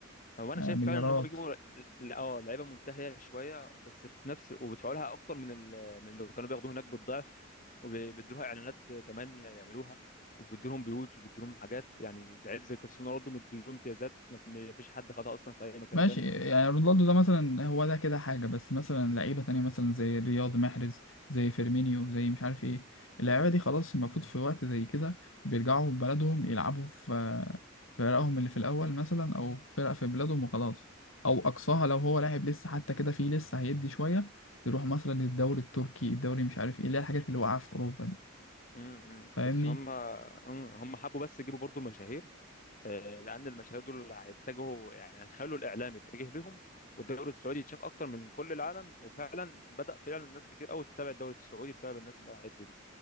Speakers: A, on the left; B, on the left.
A: هو انا
B: آه
A: شايف
B: مليارات
A: فعلا ان هم بيجيبوا ل- اه لعيبه منتهيه شويه بس في نفس وبيدفعوا لها اكتر من ال... من اللي كانوا بياخدوه هناك بالضعف وبيدوا لها اعلانات كمان يعملوها وبيدوا لهم بيوت وبيدوا لهم حاجات يعني زي زي كريستيانو رونالدو مدوا لهم امتيازات ما ما فيش حد خدها اصلا في اي مكان
B: ماشي
A: تاني
B: يعني رونالدو ده مثلا هو ده كده حاجة بس مثلا لعيبة تانية مثلا زي رياض محرز زي فيرمينيو زي مش عارف ايه اللعيبة دي خلاص المفروض في وقت زي كده بيرجعوا بلدهم يلعبوا في في فرقهم اللي في الأول مثلا أو في فرق في بلادهم وخلاص أو أقصاها لو هو لاعب لسه حتى كده فيه لسه هيدي شوية يروح مثلا الدوري التركي الدوري مش عارف ايه اللي هي الحاجات اللي واقعة في أوروبا دي
A: م- م.
B: فاهمني
A: بس هم هم هم حبوا بس يجيبوا برضو المشاهير آه، لان المشاهير دول اللي هيتجهوا يعني هيخلوا الاعلام يتجه ليهم والدوري السعودي يتشاف اكتر من كل العالم وفعلا بدا فعلا الناس كتير قوي تتابع الدوري السعودي بسبب الناس اللي راحت له دي